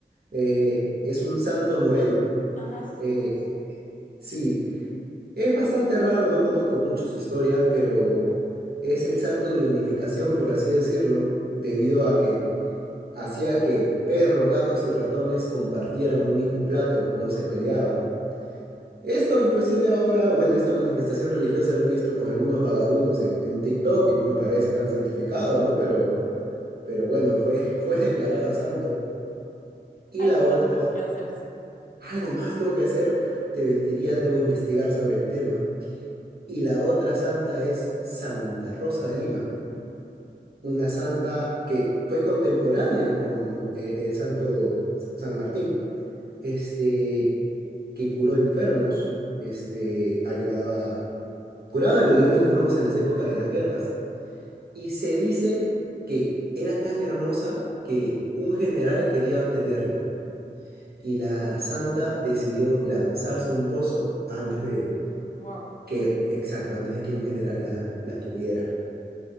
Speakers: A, on the right (about 70°); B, on the left (about 50°).
A: Eh, es un santo moreno.
B: Ajá, sí
A: Eh,
B: sé cuál es.
A: sí. Es bastante raro, no conozco mucho su historia, pero es el santo de la unificación, por así decirlo, debido a que hacía que perros, gatos y ratones compartieran un mismo plato, no se peleaban. Esto inclusive ahora, bueno, esta manifestación religiosa la he visto con algunos vagabundos en, en TikTok y no me parece tan santificado, ¿no? Pero, pero bueno, fue, <laughs> fue declarado santo. Y
B: Algo
A: la otra,
B: más tuvo que hacer, sí.
A: algo más tuvo que hacer, te mentiría, debo investigar sobre el tema. y la otra santa es Santa Rosa de Lima, una santa que fue contemporánea con eh, el santo S- San Martín, este, que curó enfermos, este, ayudaba, curaba, le ayudaba a los enfermos en las épocas de las guerras, y se dice que era tan hermosa que un general quería tenerla, y la santa decidió lanzarse un pozo antes de
B: Wow,
A: que, exacto, antes de que un general la la tuviera.